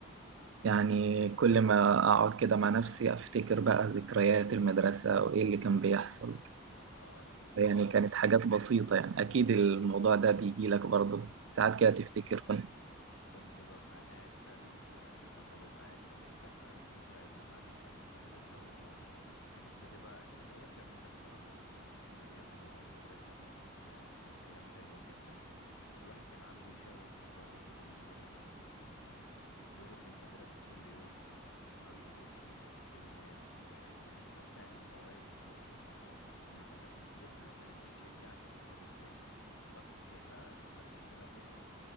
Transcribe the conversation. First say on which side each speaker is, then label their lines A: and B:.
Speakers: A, on the right (about 65°); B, on the left (about 75°).
A: يعني كل ما اقعد كده مع نفسي افتكر بقى ذكريات المدرسة وايه اللي كان بيحصل
B: اه دي
A: يعني
B: كانت
A: كانت حاجات بسيطة يعني اكيد الموضوع ده بيجي لك برضه
B: اه
A: ساعات
B: ده
A: كده تفتكر كنت
B: كنت ببقى قاعد فعلا آه، لما ببقى قاعد بفتكر الذكريات بتاعتي بتاعت المدرسة وكانت بتبقى كانت أيام جميلة بصراحة يعني كانت أيام ال- المدرسة دي ك- كانت أيام حلوة جدا و- والواحد كان عنده شغف وطاقة كده للدراسة وكان بيروح المدرسة كل يوم ما بيغيبش ما كانش فيه غياب آه، كانت حتى المواد وال... اللي كنا بندرسها كانت بتشجعك إن أنت بتذاكر صح مش أنت كان نفس الكلام برضو؟